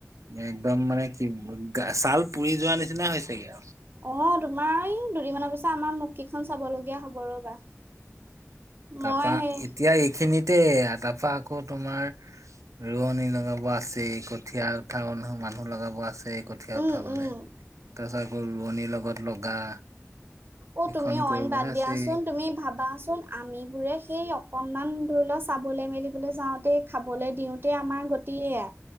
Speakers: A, on the right; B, on the right.
A: একদম মানে কি ছাল পুৰি যোৱা নিচিনা হৈছেগে আৰু
B: অ তোমাৰ এই দুদিনমানৰ পিছত আমাৰ মুখ কেইখন চাবলগীয়া হ'ব ৰ'বা মই
A: তাৰপা
B: সেই
A: এতিয়া এইখিনিতে তাৰপা আকৌ তোমাৰ ৰোৱনী লগা আছেই কঠীয়া উঠা মানুহ লগাব আছেই কঠীয়া
B: উম
A: উঠাবলৈ
B: উম
A: তাৰপাছত আকৌ ৰোৱনীৰ লগত লগা
B: অ
A: এইখন
B: তুমি
A: কৰিবলৈ
B: অইন বাদ
A: আছেই
B: দিয়াচোন তুমি ভাবাচোন আমিবোৰে সেই অকনমান ধৰিলোৱা চাবলৈ মেলিবলৈ যাওঁতেই খাবলৈ দিওঁতেই আমাৰ গতি এয়া